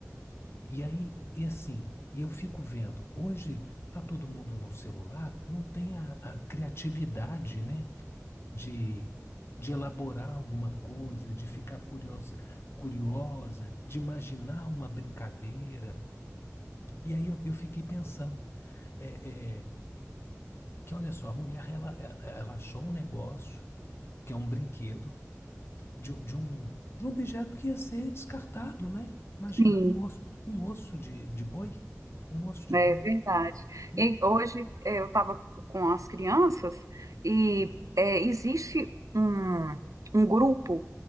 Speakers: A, on the left; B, on the right.
A: e aí, e assim, e eu fico vendo, hoje tá todo mundo no celular, não tem a, a criatividade, né, de, de elaborar alguma coisa, de ficar curiosa, curiosa, de imaginar uma brincadeira. E aí eu, eu fiquei pensando, é, é, que olha só, a mulher, ela, ela ela achou um negócio, que é um brinquedo, de, um- de um, de um objeto que ia ser descartado, né? Imagina,
B: sim,
A: um osso, um osso de, de boi, um osso de
B: é
A: boi.
B: verdade.
A: E,
B: E hoje eh, eu estava com as crianças e eh, existe um, um grupo